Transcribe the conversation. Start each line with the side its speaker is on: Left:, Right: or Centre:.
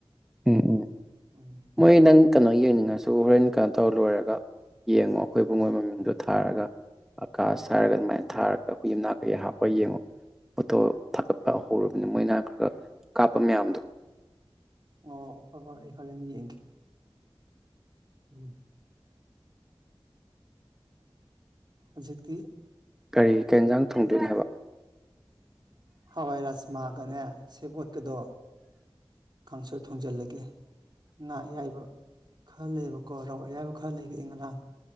Centre: ꯎꯝ ꯎꯝ
Right: ꯎꯝ
Centre: ꯃꯣꯏ ꯅꯪ ꯀꯩꯅꯣ
Right: ꯑꯗꯨꯅꯅꯦ
Centre: ꯌꯦꯡꯅꯤꯡꯉꯁꯨ ꯍꯣꯔꯦꯟ ꯀꯩꯅꯣ ꯇꯧꯔ ꯂꯣꯏꯔꯒ ꯌꯦꯡꯉꯣ ꯑꯩꯈꯣꯏꯕꯨꯨꯡ ꯃꯣꯏ ꯃꯃꯤꯨꯝꯗꯣ ꯊꯥꯔꯒ ꯑꯀꯥꯁ ꯍꯥꯏꯔꯒ ꯑꯗꯨꯃꯥꯏꯅ ꯊꯥꯔꯒ ꯑꯩꯈꯣꯏ ꯌꯨꯝꯅꯥꯛ ꯀꯩꯀꯩ ꯍꯥꯞꯄ ꯌꯦꯡꯉꯣ ꯐꯣꯇꯣ ꯊꯥꯒꯠꯄ ꯍꯧꯔꯕꯅꯤ ꯃꯣꯏꯅ ꯈꯔ ꯈ ꯀꯥꯞꯄ ꯃꯌꯥꯝꯗꯣ
Right: ꯑꯣ ꯐ ꯐ ꯑꯩ ꯍꯣꯔꯣꯔꯦꯟ ꯌꯦꯡꯒꯦ ꯎꯝ ꯍꯧꯖꯤꯛꯇꯤ
Centre: ꯀꯔꯤ ꯀ ꯏꯟꯖꯥꯡ ꯊꯣꯡꯗꯣꯏꯅꯦ ꯍꯥꯏꯕ
Right: ꯍꯋꯥꯏ ꯔꯥꯖꯃꯥꯒꯅꯦ ꯁꯦꯕꯣꯠꯀꯗꯣ ꯀꯥꯡꯁꯣꯏ ꯊꯣꯡꯖꯤꯜꯂꯒꯦ ꯉꯥ ꯑꯌꯥꯏꯕ ꯈꯔ ꯂꯩꯕꯀꯣ ꯔꯧ ꯑꯌꯥꯕ ꯈꯔ ꯂꯩꯕ ꯏ ꯉꯔꯥꯡ